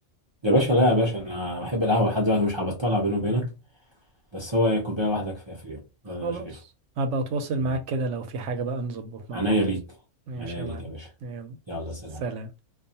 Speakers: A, on the right; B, on the right.
A: يا باشا لا يا باشا انا بحب
B: مم.
A: القهوه لحد دلوقتي مش هبطلها بيني وبينك
B: مم.
A: بس هو إيه، كوبايه واحده كفايه في اليوم
B: خلاص
A: ده اللي انا شايفه
B: هبقى اتواصل
A: تمام.
B: معاك كده لو في حاجة بقى نظبط مع
A: عناية
B: بعض
A: ليك
B: ماشي
A: عناية
B: يا
A: ليك
B: معلم
A: يا باشا
B: يلا
A: يلا
B: سلام
A: سلام